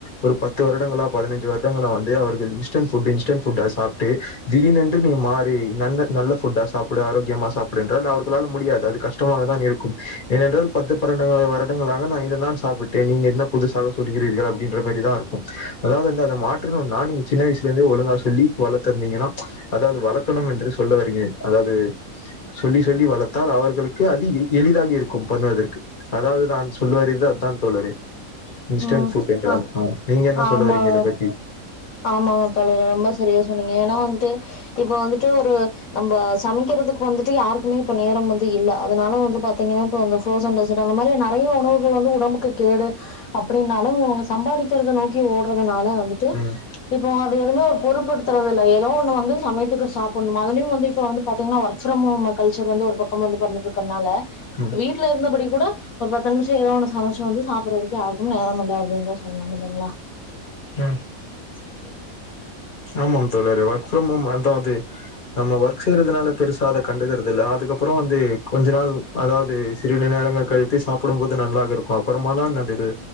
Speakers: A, on the left; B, on the left.
A: ஒரு பத்து வருடங்கள பதினைஞ்சு வருடங்கள வந்து அவர்கள் இன்ஸ்டன்ட் ஃபுட் இன்ஸ்டன்ட் ஃபுட் சாப் சாப்புட்டு திடீரென்று நீ மாறி ந நல்ல ஃபுட்டா சாப்படு ஆரோக்கியமா சாப்பிடு என்றால் அவர்களால முடியாது அது கஷ்டமாக தா இருக்கு ஏனென்றால் பத்து பன்ரண்டு வருடங்களாக நா இத தான் சாப்பிட்டேன் நீங்க என்ன புதுசா சொல்லுகிறீர்கள் அப்படியின்ற மாரி தா இருக்கும் அதாவது வந்து அத மாற் ரும் நா சின்ன வயசுலே இருந்தே ஒழுங்கா சொல்லி வளர்த்தருந்தீங்கன்னா அதாவது வளக்கணு என்று சொல்ல வருகிறேன் அதாவது சொல்லி சொல்லி வளர்த்தால் அவர்களுக்கு அது எளிதாக இருக்கும் பண்வதற் அதாவது தான் சொல்ல வரது அதுதா தோழரே இன்ஸ்டன்ட்
B: ம்
A: ஃபுட் என்றால்
B: ஆ
A: நீங்க என்ன சொல்ல
B: ஆமா
A: வரீங்க இத பத்தி
B: ஆமாங்க தோழரே ரொம்ப சரியா சொன்னிங்க ஏன்னா வந்துட்டு இப்ப வந்துட்டு ஒரு நம்ம சமைக்கிறதுக்கு வந்துட்டு யாருக்குமே இப்ப நேரம் வந்து இல்ல அதனால வந்து பாத்தீங்கன்னா இப்போ அந்த ஃப்ரோசன் டெசெர்ட் அந்த மாதிரி நிறைய உணவுகள் வந்து உடம்புக்கு கேடு அப்படின்னாலு இவங்க சம்பாதிக்கிறத நோக்கி ஓடுறதுனால வந்துட்டு
A: ம்
B: இப்போ அது எதுவுமே ஒரு பொறுப்படுத்துறது இல்ல ஏதோ ஒன்னு வந்து சமயத்துக்கு சாப்பிடணு அதிலு வந்து இப்ப வந்து பாத்தீங்கன்னா work from home culture வந்து ஒரு பக்கம் வந்து பண்ணிக்கிட்டு இருக்கனால
A: ம்
B: வீட்டுல இருந்தபடி கூட ஒரு பத்து நிமிஷம் ஏதோ ஒண்ணு சமைச்சு வந்து சாப்பிடுறதுக்கு யாருக்கு நேரம் இல்ல அப்படின்னுதா சொல்லனு இல்லைங்களா
A: அ
B: <inaudible>
A: ஆமா தோழரே ஓர்க் ஃப்ரம் ஹோம் அதாவ்து நம்ம ஒர்க் செய்றதுனால பெருசா அத
B: ஆ
A: கண்டுக்கறது இல்ல அதுக்கப்புறோ வந்து கொஞ்ச நாள் அதாவ்து சிறிது நேரங்கள் கழித்து சாப்பிடும் போது நல்லாக இருக்கு அப்பறமா தான் அதுது